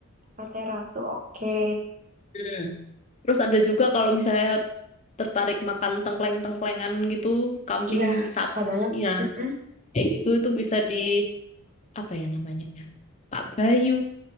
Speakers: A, on the right; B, on the left.
A: Sate ratu, oke.
B: Hmm. terus ada juga kalau misalnya tertarik makan tengkleng-tengklengan gitu kambing
A: Iya,
B: sapi
A: suka banget.
B: ya
A: Mm-mm.
B: kayak gitu itu bisa di apa ya namanya Pak Bayu